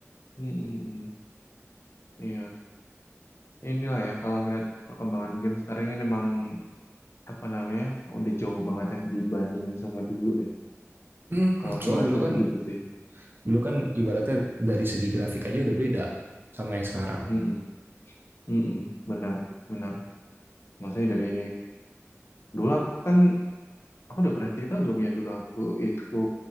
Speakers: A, on the left; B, on the right.
A: Hmm, hmm, hmm. Iya. Inilah ya kalau ngelihat perkembangan game sekarang ini emang apa namanya udah jauh banget ya dibandingin sama dulu ya.
B: Hmm,
A: Kalau aku
B: soal
A: ngerasa
B: dulu kan
A: sih gitu sih.
B: Dulu kan ibaratnya dari segi grafik aja udah beda sama yang sekarang.
A: Hmm. Hmm. hmm, hmm. Benar. Benar. Maksudnya dari dulu aku kan aku udah pernah cerita belum ya dulu aku itu